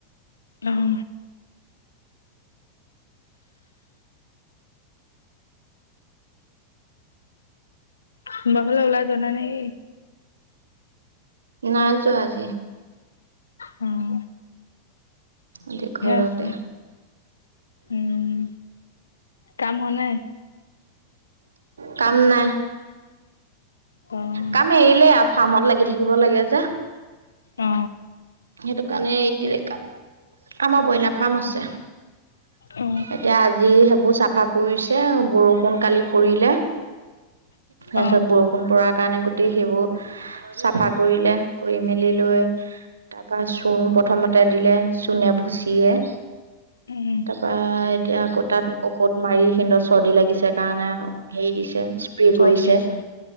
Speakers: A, on the left; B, on the right.
A: অঁ। কোনোবা ফালে ওলাই যোৱা নাই নে কি?
B: নাই যোৱা আজি।
A: উম।
B: আজি ঘৰতে।
A: আছে। উম, কাম হোৱা নাই?
B: কাম নাই।
A: অঁ।
B: কাম এৰিলে আ, ফাৰ্মত লাগি থাকিব লাগে যে।
A: অ‌ঁ।
B: সেইটো কাৰণে এৰি দিলে কাম, আমাৰ ব্ৰইলাৰ ফাৰ্ম আছে।
A: অ
B: এতিয়া আজি সেইবোৰ চাফা কৰিছে, বৰষুণ কালি- পৰিলে, তাৰপিছত
A: অ
B: বৰষুণ পৰাৰ কাৰণে গোটেই সেইবোৰ- চাফা কৰিলে, কৰি মেলি লৈ- তাৰপা চূণ প্ৰথমতে দিলে চূণে, ভুচিয়ে।
A: উম
B: তাৰপা এতিয়া আকৌ তাত ঔষধ মাৰি সিহঁতৰ চৰ্দি লাগিছে কাৰণে- হেৰি দিছে স্প্ৰে
A: চৰ্দি
B: কৰিছে,
A: লাগিছে